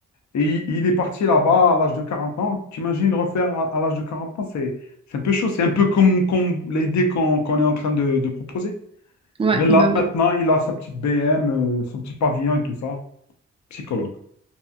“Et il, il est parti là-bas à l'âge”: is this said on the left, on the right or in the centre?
Left